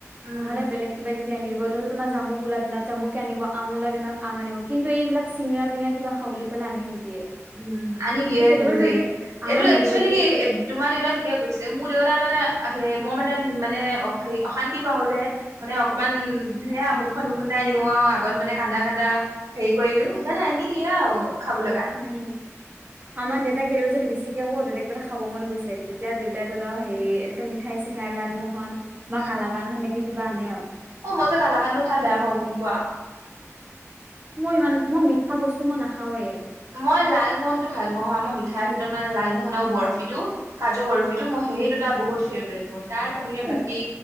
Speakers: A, on the right (about 80°); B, on the right (about 30°).
A: উম
B: নহলে বেলেগ কিবা কি বি আনি দিব ধৰি লোৱা তোমাৰ জামুক ওলোৱা দিনত জামুকে আনি দিব আম ওলোৱা দিনত আম আনিব, কিন্তু এইবিলাক চিঙৰা, টিঙৰা কিবা খাও বুলি কলে আনি নিদিয়ে।
A: উম, আনি দিয়ে
B: এই কেতিয়াবা
A: কিন্তু দেই
B: যদি আমাৰ
A: এইটো
B: নিদিয়ে
A: একচুৱেলি
B: দেখি
A: এ তোমাৰ দেউতা ঠিকে কৰিছে, মোৰ দেউতাই মানে হে মই মানে, মানে অশান্তি পাওঁ যে মানে অকমান
B: উম
A: সেয়ামুখখন উফুন্দাই দিও আৰু আগত মানে কান্দা কান্দা হেৰি কৰি দিও সেইকাৰণে আনি দিয়ে আৰু খাবলৈ কাৰণে।
B: উম আমাৰ দেউতাক কেতিয়াবা যদি বেছিকে কওঁ দেউতা কিবা এটা খাব মন গৈছে, তেতিয়া দেউতাই ধৰি ল'ক হেৰি এনেকে মিঠাই, চিঠাই লালমোহন
A: উম
B: বা কালাকান সেনেকে কিবা আনে আৰু।
A: অ মই যে কালাকানটো খাই বেয়া পাওঁ, গম পোৱা।
B: মই ইমান, মই মিঠা বস্তু মই নাখাওৱে।
A: মই লালমোহনতটো ভাল পাওঁ হা, মই মিঠাই ভিতৰতে লালমোহন আৰু বৰফিটো কাজু বৰফিটো মই সেই দুটা বহুত ফেভৰেট মোৰ তাৰ বাহিৰে
B: এই
A: বাকী